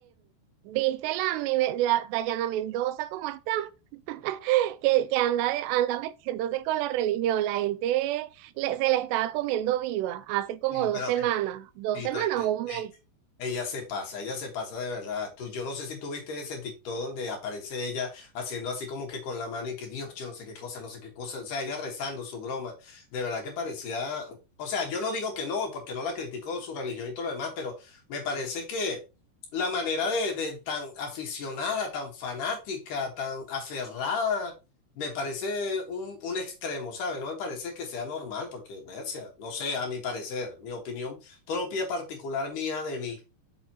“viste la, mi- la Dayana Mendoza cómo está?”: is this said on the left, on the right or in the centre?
Right